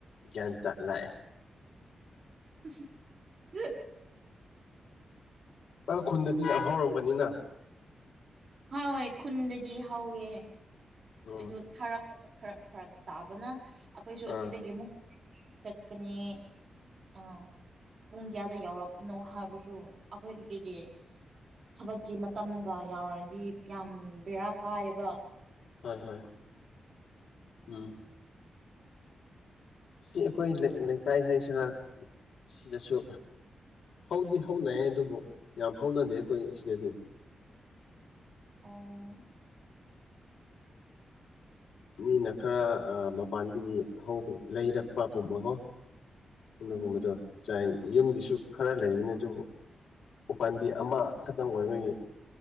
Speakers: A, on the left; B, on the right.
A: ꯒꯌ꯭ꯥꯟ ꯇꯥ ꯂꯥꯛ ꯑꯦ
B: ꯎ <unintelligible>
A: ꯑ ꯈꯨꯟꯗꯗꯤ ꯌꯥꯝ ꯍꯧꯥꯎꯔꯝꯒꯅꯤꯅ
B: ꯍꯣꯏ ꯍꯣꯏ ꯈꯨꯟꯗꯗꯤ ꯍꯧꯋꯦ
A: ꯎꯝ
B: ꯑꯗꯨ ꯊꯥꯔꯛꯄ ꯐꯔꯛ ꯐꯔꯛ ꯇꯥꯕꯅ ꯑꯩꯈꯣꯏꯁꯨ ꯑꯁꯤꯗꯒꯤ
A: ꯑꯥ
B: ꯑꯃꯨꯛ ꯆꯠꯀꯅꯤ ꯑꯥ ꯄꯨꯡ ꯀꯌꯥꯗ ꯌꯥꯎꯔꯛꯄꯅꯣ ꯍꯥꯏꯕꯁꯨ ꯑꯩꯈꯣꯏꯒꯤ ꯊꯕꯛꯀꯤ ꯃꯇꯝꯒ ꯌꯥꯎꯔꯗꯤ ꯌꯥꯝ ꯕꯦꯔꯥ ꯀꯥꯏꯑꯕ
A: ꯍꯣꯏ ꯍꯣꯏ ꯎꯝ ꯁꯤ ꯑꯩꯈꯣꯏ ꯂꯩꯀꯥꯏ ꯍꯥꯏꯁꯤꯔꯥ ꯁꯤꯗꯁꯨ ꯍꯧꯗꯤ ꯍꯧꯅꯩ ꯑꯗꯨꯕꯨ ꯌꯥꯝ ꯍꯧꯅꯗꯦ ꯑꯩꯈꯣꯏ ꯁꯤꯗꯗꯤ
B: ꯑꯣ
A: ꯃꯤꯅ ꯈꯔ ꯃꯄꯥꯟꯗꯒꯤ ꯍꯧꯕ ꯂꯩꯔꯛꯄꯒꯨꯝꯕꯒꯣ <unintelligible>
B: ꯎꯝ
A: ꯒꯨꯝꯕꯗꯣ ꯆꯥꯏ ꯌꯨꯝꯒꯤꯁꯨ ꯈꯔ ꯂꯩꯕꯅꯤ ꯑꯗꯨꯕꯨ ꯎꯄꯥꯝꯕꯤ ꯑꯃꯈꯛꯇꯪ ꯑꯣꯏꯕꯒꯤ